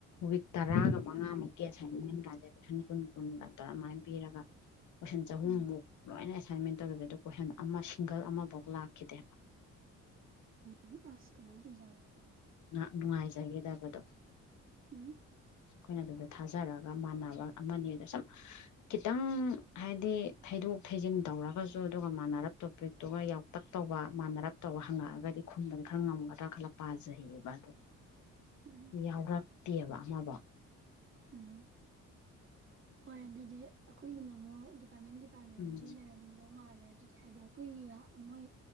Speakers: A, on the left (about 70°); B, on the right (about 45°).
A: ꯋꯤꯛ ꯇꯔꯥꯒ ꯃꯉꯥꯃꯨꯛꯀꯤ ꯑꯦꯁꯥꯏꯟꯃꯦꯟ ꯀꯥꯖꯦ ꯀꯣꯏꯁꯟ ꯀꯨꯟ ꯀꯨꯟꯒ ꯇꯥꯉꯥ ꯄꯤꯔꯒ ꯀꯣꯏꯁꯟ ꯆꯍꯨꯝꯃꯨꯛ
B: ꯎꯝ
A: ꯂꯣꯏꯅ ꯑꯦꯁꯥꯏꯟꯃꯦꯟ ꯇꯧꯋꯦꯕ ꯑꯗꯨ ꯀꯣꯏꯁꯟ ꯑꯃ ꯁꯤꯡꯒꯜ ꯑꯃꯕꯥꯎ ꯂꯥꯛꯈꯤꯗꯦꯕ
B: ꯎꯝ ꯑꯁ ꯀꯃꯥꯏꯅ ꯇꯧꯔꯤꯖꯥꯠꯅꯣ
A: <unintelligible> ꯖꯒꯤꯗꯕꯗꯣ
B: ꯎꯝ
A: ꯑꯩꯈꯣꯏꯅ ꯑꯗꯨꯗ ꯊꯥꯖꯔꯒ ꯃꯥꯟꯅꯕ ꯑꯃꯅꯤ ꯑꯗꯨ ꯁꯨꯝ ꯈꯤꯇꯪ ꯍꯥꯏꯗꯤ ꯊꯩꯗꯣꯛ ꯗꯣꯛ ꯊꯩꯖꯤꯟ ꯇꯧꯔꯒꯁꯨ ꯑꯗꯨꯒ ꯃꯥꯟꯅꯔꯛ ꯇꯣꯄꯤꯛꯇꯨ ꯈ ꯌꯥꯎꯇꯛ ꯇꯧꯕ ꯃꯥꯟꯅꯔꯞ ꯇꯧꯔ ꯍꯪꯉꯛꯑꯒꯗꯤ ꯈꯨꯝꯕꯗ ꯈꯔ ꯉꯝꯒꯗ꯭ꯔꯥ ꯈꯜꯂ ꯄꯥꯖꯩꯌꯦꯕ ꯑꯗꯨ
B: ꯎꯝ
A: ꯌꯥꯎꯔꯛꯇꯦꯕ ꯑꯃꯕꯧ
B: ꯎꯝ ꯍꯣꯏ ꯑꯗꯨꯗꯤ ꯑꯩꯈꯣꯏꯒꯤꯅ ꯑꯃꯨꯛ ꯗꯤꯄꯥꯔꯠꯃꯦꯟ ꯗꯤꯄꯥꯔꯠꯃꯦꯟꯒꯤ
A: ꯎꯝ
B: ꯂꯩꯔꯝꯗꯧ ꯃꯥꯜꯂꯦ ꯑꯗꯨꯗꯤ ꯍꯥꯏꯗꯤ ꯑꯩꯈꯣꯏꯒꯤ ꯌꯥꯎ ꯃꯣꯏ